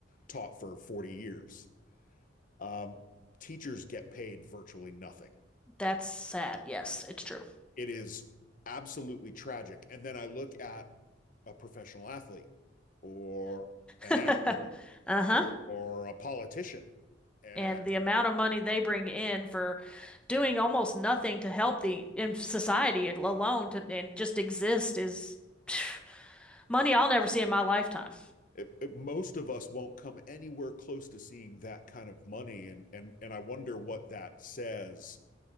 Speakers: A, on the left (about 45°); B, in the centre.
A: taught for 40 years. Um, teachers get paid virtually nothing.
B: That's sad. Yes, it's true.
A: It is absolutely tragic. And then I look at a professional athlete or an
B: <laughs>
A: actor
B: Uh-huh.
A: or a politician. And
B: And the amount of money they bring in for doing almost nothing to help the in society it- alone to and just exist is <sighs> money I'll never see in my lifetime.
A: it, it, most of us won't come anywhere close to seeing that kind of money. And and and I wonder what that says